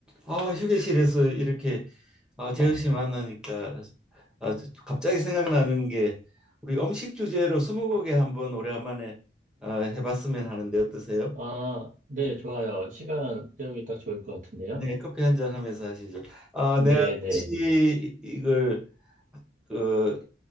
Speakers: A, in the centre; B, on the right (about 45°).
A: 아, 휴게실에서 이렇게 아, 재우 씨 만나니까 아, 저- 갑자기 생각나는 게 우리 음식 주제로 스무고개 한번 오래간만에 아, 해봤으면 하는데 어떠세요?
B: 아, 네, 좋아요. 시간 때우기 딱 좋을 것 같은데요.
A: 네, 커피 한 잔 하면서 하시죠. 아,
B: 네,
A: 내가
B: 네,
A: 혹시 이걸 그,